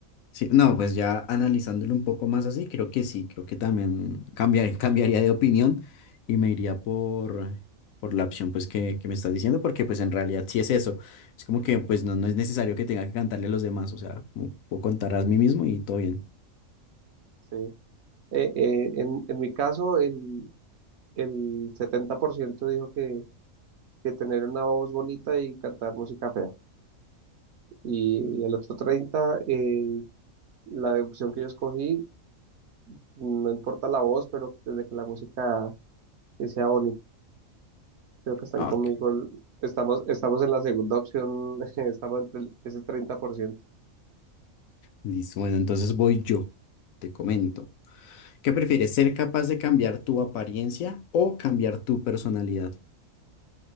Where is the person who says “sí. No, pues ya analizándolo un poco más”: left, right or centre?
Left